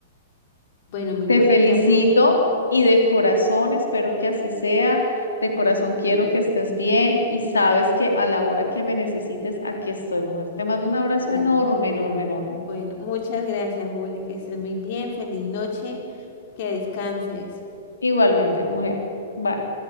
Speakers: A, on the left; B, on the left.
A: Bueno, mi
B: te
A: Juli,
B: felicito
A: te agradezco.
B: y de corazón espero que así sea. De corazón quiero
A: Sí.
B: que estés bien y sabes que a la hora que me necesites, aquí estoy, mujer. Te mando un abrazo
A: Vale.
B: enorme, enorme, enorme.
A: Bueno, muchas gracias, Juli, que estés muy bien, feliz noche, que descanses.
B: Igualmente, mujer. Bye.